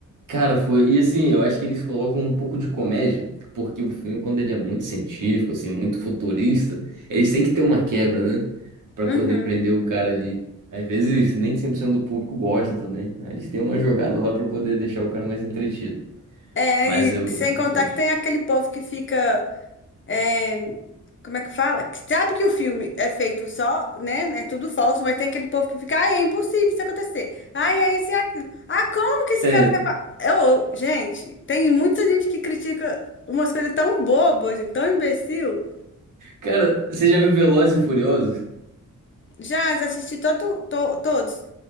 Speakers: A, on the right; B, on the left.
A: Cara, foi. E assim, eu acho que eles colocam um pouco de comédia, porque o filme, quando ele é muito científico, assim, muito futurista, eles têm que ter uma quebra, né? Pra
B: Uhum.
A: poder prender o cara ali. Às vezes, nem 100% do público gosta também. Aí Eles têm uma jogada lá pra poder deixar o cara mais entretido.
B: É,
A: Mas
B: e
A: eu
B: sem
A: gosto
B: contar
A: bastante.
B: que tem aquele povo que fica. é, como é que fala? Que sabe que o filme é feito só, né? É tudo falso, mas tem aquele povo que fica. Ai, é impossível isso acontecer. Ai, é isso e aquilo. Ah, como que esse
A: É,
B: cara tá. fa-" Eu, gente, tem muita gente que critica umas coisas tão bobas, gente, tão imbecil.
A: cara, você já viu Velozes e Furiosos?
B: Já, já assisti todo, to- todos.